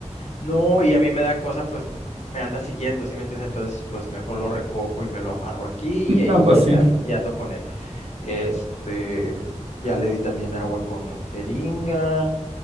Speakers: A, on the left (about 65°); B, on the right (about 55°).
A: No, y a mí me da cosa, pues me anda siguiendo, ¿sí me entiendes? Entonces, pues mejor lo recojo y me lo amarro aquí y ahí
B: No, pues sí.
A: ando, y ando con Este, ya le di también agua con jeringa,